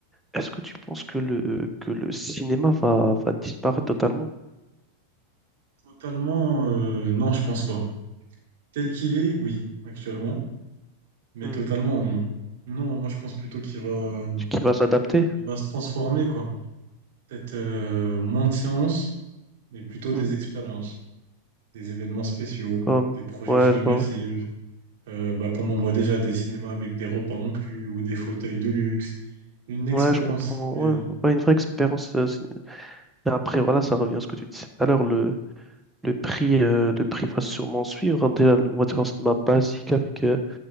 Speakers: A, in the centre; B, on the right (about 55°).
A: Est-ce que tu penses que le, que le cinéma va, va disparaître totalement?
B: Totalement, euh, non, je pense pas. Tel qu'il est, oui, actuellement, mais
A: Hmm.
B: totalement, non. Non, moi, je pense plutôt qu'il va,
A: Tu- Qui va s'adapter?
B: il va se transformer, quoi. Peut-être euh, moins de séances, mais plutôt
A: Hmm.
B: des expériences, des événements spéciaux,
A: Comme,
B: des projections
A: ouais, je
B: immersives,
A: vois.
B: euh, bah, comme on le voit déjà, des cinémas avec des repas inclus ou des fauteuils de luxe, une expérience
A: Ouais, je comprends.
B: réelle.
A: Ouais, ouais, une vraie expérience. euh, ciné- Mais après, voilà, ça revient à ce que tu disais tout à l'heure. Le, le prix, euh, le prix va sûrement suivre. hein. Déjà, on va dire un cinéma basique avec euh,